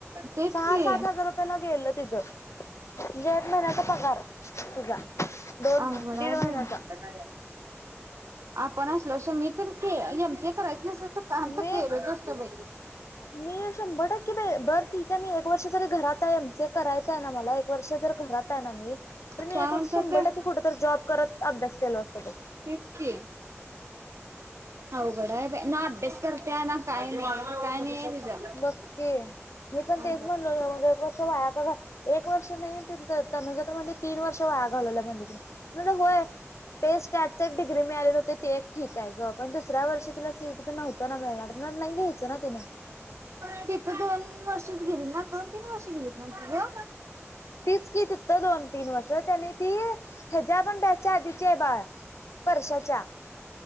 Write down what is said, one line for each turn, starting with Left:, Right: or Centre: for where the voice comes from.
Right: तेच
Left: सहा
Right: की
Left: सात हजार रुपयेला गेल तिचं. म्हणजे एक महिन्याचा पगार तुझा दोन
Right: अवघड
Left: दीड
Right: हाय
Left: महिन्याचा.
Right: बाई आपण असलो असं मी तर एम सी करायच नस काम
Left: मी
Right: तर केलं नसतो मी.
Left: मी शंभर टक्केे. बरं ठीक आहे मी एक वर्ष तरी घरात आहे एम सी ए करायच मला एक वर्ष जर घरात आहे, ना मी तर
Right: त्यानंतर
Left: मी एक वर्ष शंभर
Right: तर
Left: टक्के कुठ जॉब करत अभ्यास केल असत बघ.
Right: तेच की अवघड आहे बाई, अभ्यास करतय ना काय नाही काय तिचं
Left: बग की. मी पण
Right: हा
Left: तेच म्हणलो मग एक वर्ष वाया का? एक वर्ष नाही, त तनुज म्हणजे तीन वर्ष वाया घालवलं म्हणज ति म्हण होय ते स्टॅट एक डिग्री मिळाली होते. ते एक ठीक आहे ग पण दुसऱ्या वर्षी तिला सीटी तर नव्हतं ना मिळणार नाही घ्यायचं ना तिन
Right: पण तिथं दोन वर्ष च गेली ना दोन तीन वर्ष गेली ना तूझ?
Left: तीच की तिथतं दोन तीन वर्ष त्यांनी ती हेच्या पण त्याच्या आधीची आहे बाळ वर्षाच्या.